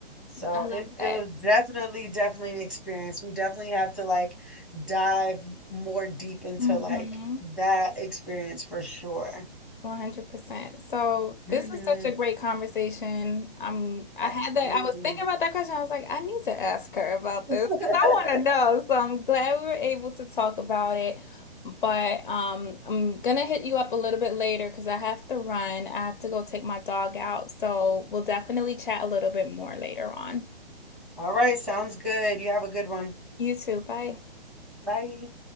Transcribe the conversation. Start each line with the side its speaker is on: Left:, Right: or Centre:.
Centre: So
Left: I love
Centre: it
Left: that.
Centre: it was definitely, definitely an experience. We definitely have to like dive more deep into
Left: hmm
Centre: like that experience for sure.
Left: 100%. So
Centre: hmm
Left: this was such a great conversation. Um, I
Centre: Absolutely.
Left: had that, I was thinking about that question. I was like, I need to ask her about
Centre: <laughs>
Left: this because I want to know. So I'm glad we were able to talk about it. But um, I'm gonna hit you up a little bit later because I have to run. I have to go take my dog out. So we'll definitely chat a little bit more later on.
Centre: All right, sounds good. You have a good one.
Left: You too. Bye.
Centre: Bye.